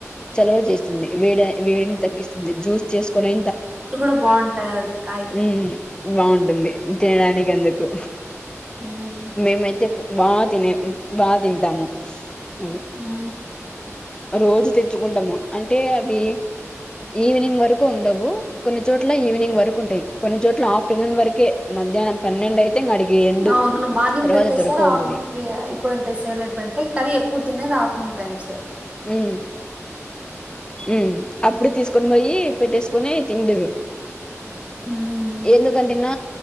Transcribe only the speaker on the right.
లా కూడా బాగుంటాది అది కాయ.
ఉమ్
హూ
అవునును మార్నింగ్
పెట్టే
సార్ ఆఫ్టర్నూన్
కి అయిపోంటాయి సేల్ అయిపోయింటాయి కాని ఎక్కువ తినేది ఆఫ్టర్నూన్ టైమ్
ఉమ్